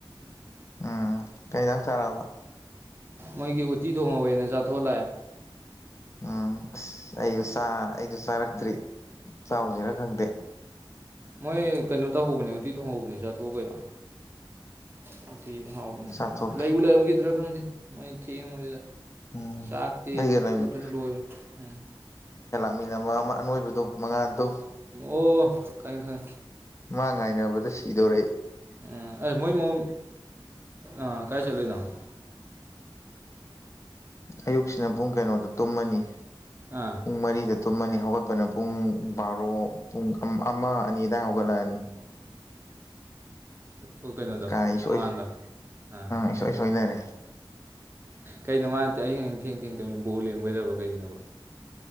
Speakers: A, on the left; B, on the right.
A: ꯎꯝ ꯀꯩꯗꯪ ꯆꯥꯔꯛꯑꯕ
B: ꯃꯣꯏꯒꯤ ꯎꯠꯇꯤ ꯊꯣꯡꯍꯧꯋꯦꯅ ꯆꯥꯊꯣꯛꯂꯛꯑꯦ
A: ꯎꯝ ꯑ ꯑꯩꯁꯨ ꯑꯩꯁꯨ ꯆꯥꯔꯛꯇ꯭ꯔꯤ ꯆꯥꯎꯁꯤꯅ ꯈꯪꯗꯦ
B: ꯃꯣꯏ ꯀꯩꯅꯣ ꯇꯧꯍꯧꯕꯅꯦ ꯎꯇꯤ ꯊꯣꯡꯍꯧꯕꯅꯦ ꯆꯥꯊꯣꯛꯎ ꯀꯩꯅꯣ ꯑꯗꯨꯛꯇꯤ ꯍꯥꯎꯕꯅꯤ
A: ꯆꯥꯊꯣꯛꯀꯦ
B: ꯂꯩꯕꯨ ꯂꯩꯔꯝꯈꯤꯗ꯭ꯔꯥ ꯈꯪꯗꯦ ꯃꯣꯏ ꯊꯦꯡꯕꯗꯨꯗ
A: ꯎꯝ
B: ꯆꯥꯛꯇꯤ
A: ꯑꯩꯒ ꯂꯩꯃꯤ
B: ꯊꯨ ꯊꯨꯅ ꯂꯣꯏꯕꯅꯤ ꯎꯝ
A: ꯇꯥꯛꯃꯤꯟꯅꯕ ꯑꯃ ꯑꯅꯣꯏꯕꯗꯣ ꯃꯉꯥꯟꯜꯗꯣ
B: ꯑꯣ ꯈꯥꯏ ꯈꯥꯏ
A: ꯃꯥ ꯉꯥꯏꯅꯕꯗ ꯁꯤꯗꯣꯔꯔꯛꯦ
B: ꯎꯝ ꯑꯦ ꯃꯣꯏ ꯃꯟ ꯑꯥ ꯀꯥꯏ ꯆꯠꯂꯣꯏꯏꯅꯣ ꯎꯝ
A: ꯑꯌꯨꯛꯁꯤꯅ ꯄꯨꯡ ꯀꯩꯅꯣꯗ ꯇꯨꯝꯃꯅꯤ
B: ꯑꯥ
A: ꯄꯨꯡ ꯃꯔꯤꯗ ꯇꯨꯝꯃꯅꯤ ꯍꯧꯒꯠꯄꯅ ꯄꯨꯡ ꯕꯥꯔꯣ ꯄꯨꯡ ꯑꯃ ꯑꯅꯤ ꯑꯗꯨꯋꯥꯏ ꯍꯧꯒꯠꯂꯛꯑꯅꯤ
B: ꯑꯣ ꯀꯩꯅꯣꯗꯣ
A: ꯀꯥꯏ ꯏꯁꯣꯏ
B: ꯃꯉꯥꯟꯗꯣ ꯑꯥ
A: ꯏꯁꯣꯏ ꯁꯣꯏꯅꯔꯦ
B: ꯀꯩꯅꯣ ꯃꯥ ꯅꯠꯇꯦ ꯑꯩ ꯍ ꯊꯦꯡ ꯊꯦꯡ ꯇꯣꯏ ꯕꯣꯜ ꯂꯦꯝꯒꯣꯏꯗꯕ ꯀꯩꯒꯤꯣ